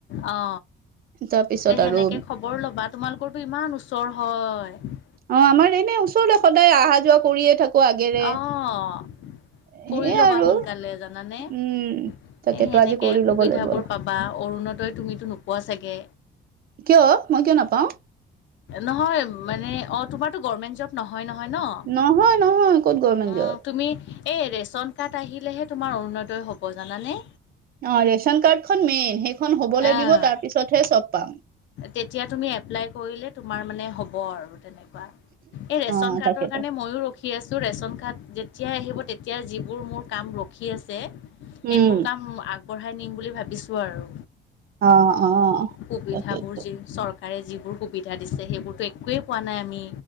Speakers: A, on the left; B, on the right.
A: অ
B: তাৰপিছত
A: তে সেনেকে
B: আৰু
A: খবৰ ল'বা তোমালোকৰটো ইমান ওচৰ হয়।
B: অ' আমাৰ এনে ওচৰতে সদায় অহা যোৱা কৰিয়ে থাকো আগেৰে।
A: অ'
B: সেইয়াই
A: কৰি লবা
B: আৰু
A: সোনকালে জানানে এ
B: উম তাকেতো
A: সেনেকে
B: আজি কৰি
A: সুবিধাবোৰ
B: ল'ব লাগিব
A: পাবা অৰু। অৰুণোদয় তুমিতো নোপোৱা চাগে।
B: কিয় মই কিয় নাপাওঁ।
A: নহয় মানে অ তোমাৰো গৰ্মেন্ট জৰ্ব নহয় নহয়। হয় ন
B: নহয় নহয় ক'ত গভমেন্ট
A: উম
B: জব
A: তুমি। এই ৰেচন কাৰ্ড আহিলেহে তোমাৰ অৰুণোদয় হ'ব জানানে।
B: অ ৰেচন কাৰ্ডখন মেইন সেইখন হ'ব লাগিব
A: অ'
B: তাৰ পিছতহে চব পাম।
A: তেতিয়া তুমি এপ্লাই কৰিলে তোমাৰ মানে হ'ব আৰু তেনেকুৱা। এই ৰেচন
B: অ',
A: কাৰ্ডৰ
B: তাকেতো
A: কাৰণে ময়ো ৰখি আছো ৰেচন কাৰ্ড। যেতিয়াই আহিব তেতিয়া যিবোৰ মোৰ কাম ৰখি আছে
B: উম,
A: সেইবোৰ কাম আ। আগবঢ়াই নিম বুলি ভাবিছো আৰু
B: অ', অ',
A: সুবিধা
B: তাকেইতো
A: বোৰ যে চৰ কাৰে যিবোৰ সুবিধা দিছে সেইবোৰতো একোয়েই পোৱা নাই আমি